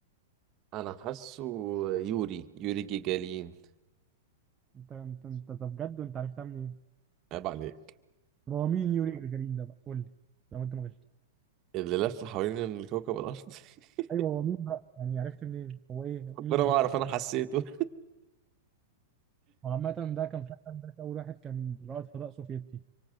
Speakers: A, on the right (about 40°); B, on the right (about 20°).
A: انا حاسه يوري يوري جيجالين
B: أنت أنت أنت طب بجد وأنت عرفتها منين؟
A: عيب عليك
B: طب هو مين يوري جاجارين ده بقى؟ قول لي لو أنت ما غششت
A: اللي لف حوالين الكوكب الأرض <laughs>
B: أيوه هو مين بقى؟ يعني عرفت منين؟ هو إيه مين
A: ربنا ما
B: الشخص
A: أعرف أنا
B: ده؟
A: حسيته
B: وعامة ده كان فعلا ده أول واحد كان رائد فضاء سوفيتي